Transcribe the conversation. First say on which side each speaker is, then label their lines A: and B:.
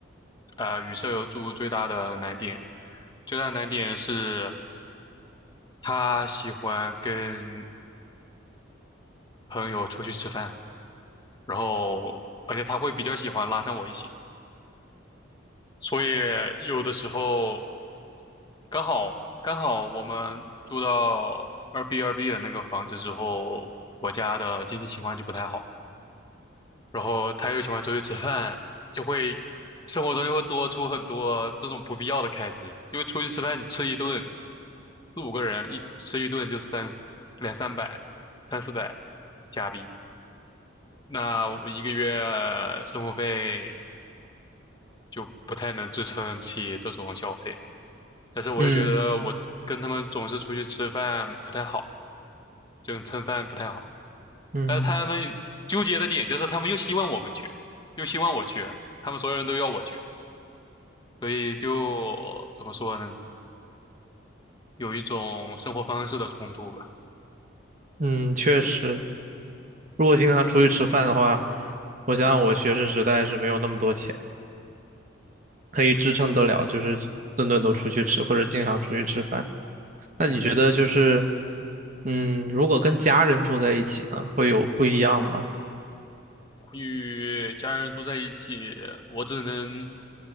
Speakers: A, on the left; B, on the right.
A: 啊、与舍友住最大的难点，最大的难点是。他喜欢跟朋友出去吃饭，然后而且他会比较喜欢拉上我一起，所以有的时候刚好刚好我们住到二 B 二 B 的那个房子之后，我家的经济情况就不太好，然后他又喜欢出去吃饭，就会生活中就会多出很多这种不必要的开支，因为出去吃饭你吃一顿四五个人一吃一顿就三两三百三四百加币。那我一个月呃生活费就不太能支撑起这种消费。但是我又觉得我跟他们总是出去吃饭不太好，
B: 嗯
A: 这种蹭饭不太好。
B: 嗯
A: 但是他们纠结的点就是他们又希望我们去，又希望我去，他们所有人都要我去，所以就怎么说呢，有一种生活方式的冲突吧。
B: 嗯，确实，如果经常出去吃饭的话，我想想我学生时代是没有那么多钱。可以支撑得了，就是顿顿都出去吃，或者经常出去吃饭。那你觉得就是，
A: 嗯，
B: 嗯，如果跟家人住在一起呢，会有不一样吗？
A: 与家人住在一起，我只能